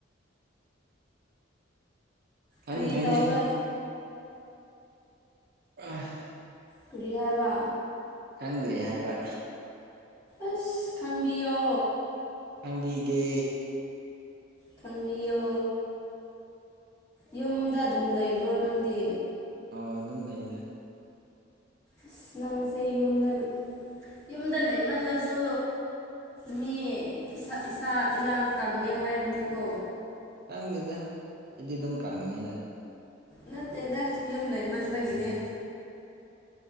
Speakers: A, on the right; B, on the left.
A: ꯈꯪꯗ꯭ꯔꯦꯅꯦ
B: ꯀꯔꯤ ꯇꯧꯔꯒ
A: <inaudible>
B: ꯀꯔꯤ ꯍꯥꯏꯕ
A: ꯈꯪꯗ꯭ꯔꯦ ꯍꯥꯏꯕ
B: ꯑꯁ ꯈꯪꯕꯤꯌꯣ
A: ꯈꯪꯕꯤꯒꯦ
B: ꯈꯪꯕꯤꯌꯣ ꯌꯨꯝꯗ ꯑꯗꯨꯝ ꯂꯩꯕ꯭ꯔꯣ ꯅꯪꯗꯤ
A: ꯑꯥꯎ ꯑꯗꯨꯝ ꯂꯩꯔꯦ
B: ꯑꯁ ꯅꯪꯁꯦ ꯌꯨꯝꯗ ꯌꯨꯝꯗ ꯂꯩꯃꯜꯂꯖꯨ ꯃꯤ ꯏꯁꯥ ꯏꯁꯥ ꯏꯌꯥꯡ ꯀꯪꯉꯦ ꯍꯥꯏꯕꯅꯤꯀꯣ
A: ꯀꯪꯗꯦꯗ ꯑꯩꯗꯤ ꯑꯗꯨꯝ ꯀꯪꯅꯤꯅ
B: ꯅꯠꯇꯦꯗ ꯌꯨꯝ ꯂꯩꯃꯟꯕꯒꯤꯅꯦ
A: ꯎꯝ